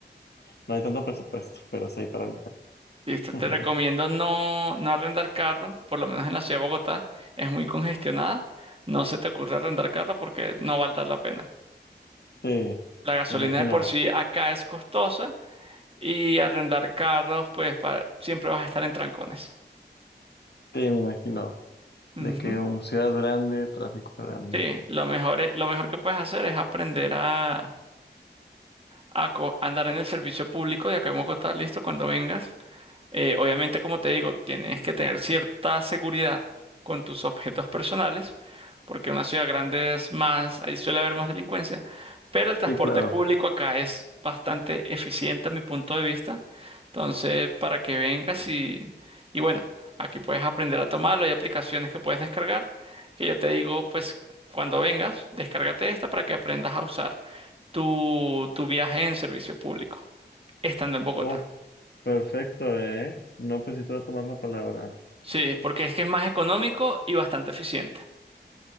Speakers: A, on the left; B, on the right.
A: no hay tanto presupuesto, pero sí hay para viajar.
B: Listo,
A: <laughs>
B: te recomiendo no, no arrendar carro, por lo menos en la ciudad de Bogotá, es muy congestionada. No se te ocurra arrendar carro porque no valdrá la pena.
A: Sí,
B: La gasolina
A: me imagino.
B: de por sí acá es costosa y arrendar carros, pues pa- siempre vas a estar en trancones.
A: Sí, me imagino.
B: Ujú.
A: De que una ciudad grande, tráfico grande.
B: Sí, lo mejor es- lo mejor que puedes hacer es aprender a, a co- andar en el servicio público de acá en Bogotá, listo, cuando vengas. Eh, obviamente, como te digo, tienes que tener cierta seguridad con tus objetos personales, porque en una ciudad grande es más, ahí suele haber más delincuencia, pero el transporte
A: Sí, claro.
B: público acá es bastante eficiente a mi punto de vista. Entonces, para que vengas y, y bueno, aquí puedes aprender a tomarlo, hay aplicaciones que puedes descargar, que yo te digo, pues cuando vengas, descárgate esta para que aprendas a usar tu, tu viaje en servicio público, estando en Bogotá.
A: Oh, perfecto, ¿eh? No, pues sí te voy a tomar la palabra.
B: Sí, porque es que es más económico y bastante eficiente.